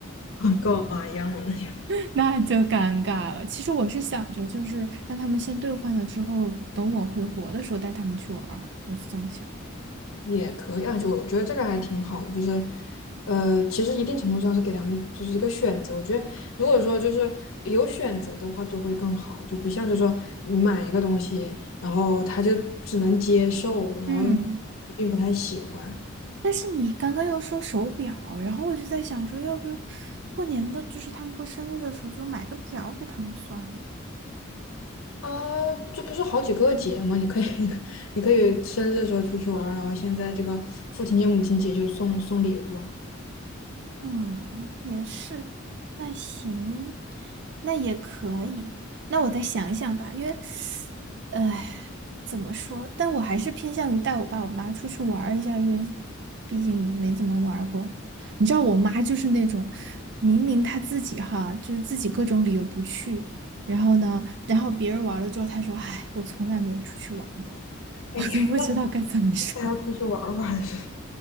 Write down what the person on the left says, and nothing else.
够嘛一样的那些
也可以啊，就我觉得这个还挺好的，就是呃，其实一定程度上是给他们就是一个选择。我觉得如果说就是有选择的话，就会更好，就不像就说你买一个东西，然后他就只能接受，然后
并不太喜欢。
呃，这不是好几个节吗？你可以，<laughs> 你可以生日的时候出去玩儿，然后现在这个父亲节、母亲节就送送礼物啊。
哎呀，
带他出去玩儿吧。<laughs>